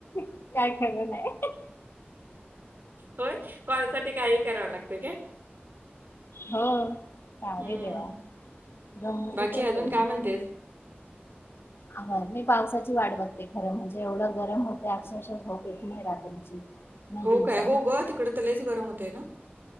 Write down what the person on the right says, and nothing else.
होय कोणासाठी काही करावं लागतंय का?
हम्म
बाकी
अजून काय म्हणतेस
हो
काय हो ग तिकडं त लयच गरम होतय ना.